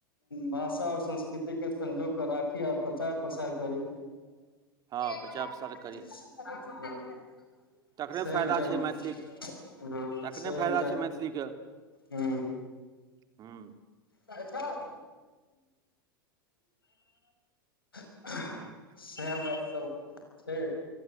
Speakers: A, on the left; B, on the right.
A: भाषा आओर संस्कृतिके संजोग क राखी आर प्रचार प्रसार करी। <unintelligible>
B: हँ प्रचार प्रसार करी तखने
A: सेटा
B: फायदा
A: हँ
B: छै मैथिलीके तखने
A: सेटा
B: फायदा
A: ह,
B: छै मैथिलीके
A: ह, ह
B: हूँ
A: कहि छ <unintelligible>
B: हँ
A: सेह बात सब छै।